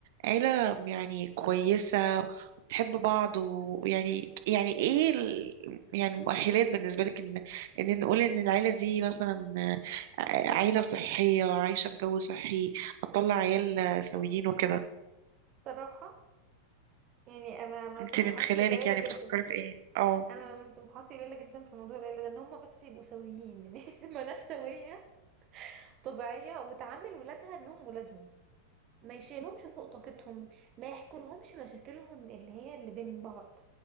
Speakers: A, on the right (about 50°); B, on the right (about 35°).
A: عيلة يعني كويسة وبتحب بعض ويعني يعني يعني ايه ال- يعني مؤهلات بالنسبة لك ان ان نقول ان العيلة دي مثلا آه، عيلة صحية عايشة بجو صحي هتطلع عيال سويين وكده
B: الصراحه يعني انا انا
A: انت
B: طموحاتي
A: من خلالك
B: قليله
A: يعني
B: جدا
A: بتفكري في ايه اه
B: انا من طموحاتي قليله جدا في موضوع العيله ده ان هم بس يبقوا سويين يعني <laughs> ما ناس سويه وطبيعيه وتعامل ولادها انهم ولادهم ما يشيلهمش فوق طاقتهم ما يحكولهمش مشاكلهم اللي هي اللي بين بعض